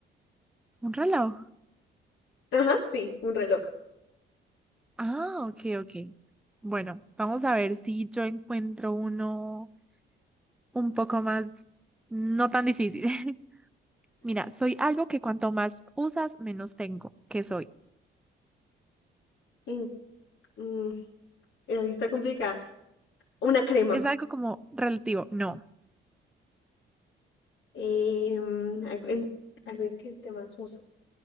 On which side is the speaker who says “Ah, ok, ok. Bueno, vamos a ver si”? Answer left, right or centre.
Centre